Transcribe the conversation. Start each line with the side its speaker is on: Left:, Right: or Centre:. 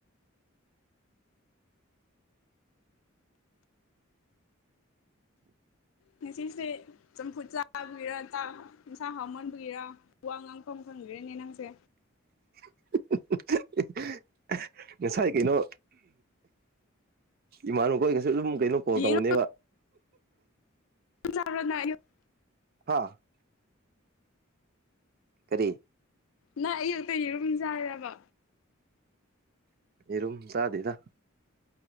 Left: ꯉꯁꯤꯁꯦ ꯆꯝꯐꯨꯠ ꯆꯥꯕꯒꯤꯔꯥ ꯆꯥꯛ ꯏꯟꯁꯥꯡ ꯍꯥꯎꯃꯟꯕꯒꯤꯔ ꯋꯥ ꯉꯥꯡꯐꯝ ꯈꯪꯈ꯭ꯔꯦꯅꯦ ꯅꯪꯁꯦ
Right: <inaudible> ꯉꯁꯥꯏ ꯀꯩꯅꯣ ꯏꯃꯥꯟꯕ ꯈꯣꯏꯒꯁꯨ ꯑꯗꯨꯝ ꯀꯩꯅꯣ ꯀꯣꯜ
Left: ꯌꯦꯔꯨꯝ
Right: ꯇꯧꯕꯅꯦꯕ
Left: <unintelligible>
Right: ꯍꯥ ꯀꯔꯤ
Left: ꯅꯪ ꯑꯌꯨꯛꯇ ꯌꯦꯔꯨꯝ ꯆꯥꯏꯔꯤꯔꯕ
Right: ꯌꯦꯔꯨꯝ ꯆꯥꯗꯦꯗ